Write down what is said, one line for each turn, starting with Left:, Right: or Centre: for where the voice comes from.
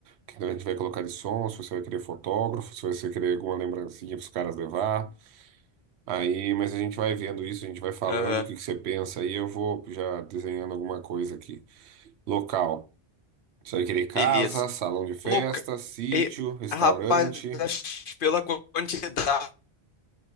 Right: que a gente vai colocar de som, se você vai querer fotógrafo, se você vai querer alguma lembrancinha para os caras levar. Aí, mas a gente vai vendo isso, a gente vai falando
Left: Aham.
Right: o que que você pensa aí, eu vou já desenhando alguma coisa aqui. Local. Isso aí querer casa,
Left: Beleza.
Right: salão de festa,
Left: Louca.
Right: sítio,
Left: E,
Right: restaurante,
Left: rapaz, acho que pela quantidade